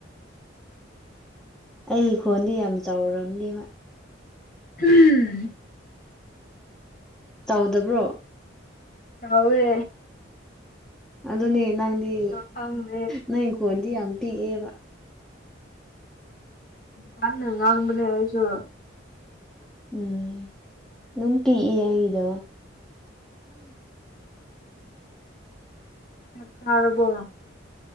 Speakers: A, in the centre; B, on the left.
A: ꯑꯩ ꯈꯣꯟꯗꯤ ꯌꯥꯝ ꯆꯥꯎꯔꯕꯅꯤꯕ
B: ꯎꯝ
A: ꯆꯥꯎꯗꯕ꯭ꯔꯣ
B: ꯆꯥꯎꯋꯦ
A: ꯑꯗꯨꯅꯦ ꯅꯪꯗꯤ
B: ꯈꯪꯗꯦ
A: ꯅꯪ ꯏꯪꯈꯣꯜꯗꯤ ꯌꯥꯝ ꯄꯤꯛꯑꯦꯕ
B: ꯀꯥꯟꯅ ꯉꯥꯡꯕꯅꯦ ꯑꯩꯁꯨ
A: ꯎꯝ ꯑꯗꯨꯝ ꯄꯤꯛꯏ ꯑꯩꯒꯤꯗꯣ
B: ꯆꯥꯛ ꯆꯥꯔꯕꯣ